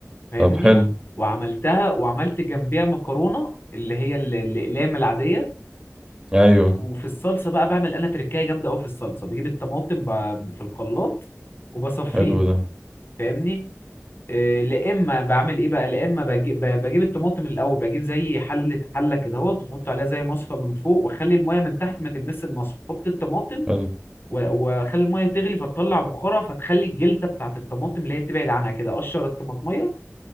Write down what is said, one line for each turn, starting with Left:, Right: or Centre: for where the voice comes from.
Left: فاهمني
Right: طب حلو
Left: وعملتها وعملت جنبيها مكرونة اللي هي ال- الاقلام العادية
Right: أيوه
Left: وفي الصلصه بقى بعمل انا تركايه جامده قوي في الصلصه بجيب الطماطم ب... في الخلاط وبصفيها
Right: حلو ده
Left: فاهمني إيه، لا اما بعمل ايه بقى لا اما بجيب, بجيب الطماطم الاول بجيب زي حله حله كده اهو تحط عليها زي مصفى من فوق واخلي الميه من تحت ما تلمس المصفى حط الطماطم
Right: حلو
Left: و- واخلي الميه تغلي فتطلع بخارها فتخلي الجلده بتاعت الطماطم اللي هي تبعد عنها كده اقشر الطماطميه